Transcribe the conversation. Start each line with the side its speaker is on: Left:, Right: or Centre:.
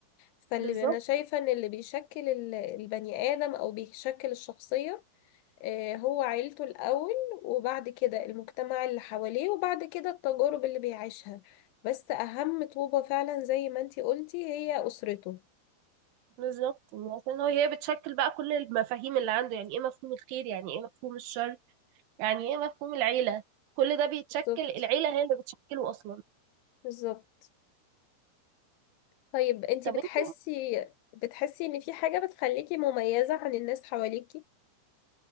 Left: فاللي
Right: بالظبط
Left: أنا شايفة إن اللي بيشكل ال- البني آدم أو بيشكل الشخصية آه، هو عيلته الأول وبعد كده المجتمع اللي حواليه وبعد كده التجارب اللي بيعيشها بس أهم طوبة فعلا زي ما انتي قلتي هي أسرته
Right: بالظبط عشان هو هي بتشكل بقى كل المفاهيم اللي عنده يعني ايه مفهوم الخير يعني ايه مفهوم الشر يعني ايه مفهوم العيله كل ده بيتشكل
Left: بالظبط
Right: العيله هي اللي بتشكله اصلا
Left: بالظبط طيب انتي
Right: طب
Left: بتحسي
Right: انت
Left: بتحسي ان في حاجة بتخليكي مميزة عن الناس حواليكي؟